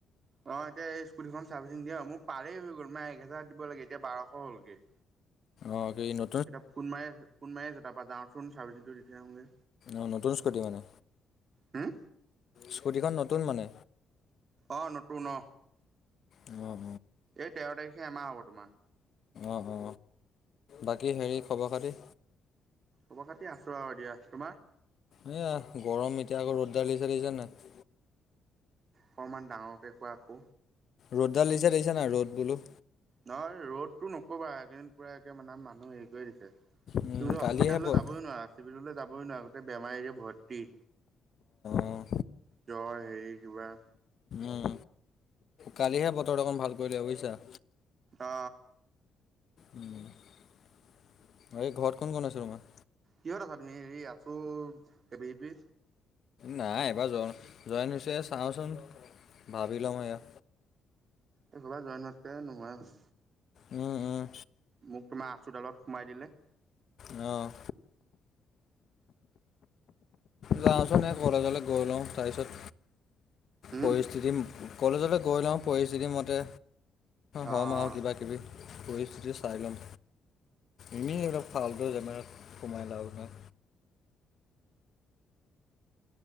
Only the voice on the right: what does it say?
অ এতিয়া এই স্কুটীখন চাৰ্ভিচিং দিয়া মোৰ পাৰেই হৈ গল এক হেজাৰ দিব লাগে এতিয়া বাৰশ হ'লগে
এতিয়া ফোন মাৰি আছে ফোন মাৰি আছে তাৰ পৰা যাওঁ চোন চাৰ্ভিচিংটো দি থৈ আহোগে
হুম,
অ নতুন অ
এই তেৰ তাৰিখে এমাহ হব তোমাৰ
খবৰ খাতি আছো আৰু দিয়া তোমাৰ
অকণমান ডাঙৰকে কোৱা আক
নহয় ৰ'দটো নকবা এইকেইদিন পুৰা একে মানে মানুহ হেৰি কৰি দিছে
তুমিতো হস্পিতাললৈ
যাবই নোৱাৰা চিভিললৈ যাবই নোৱাৰা গোটেই বেমাৰীৰে ভৰ্তি
জ্বৰ হেৰি কিবা
অ অ
কিহত আছা তুমি হেৰি আছো এ বিপি
এই সবা জইন হোৱকে নোহোয়াই হ'ল
মোক তোমাৰ আচুডালত সোমাই দিলে
হুম
অ
অ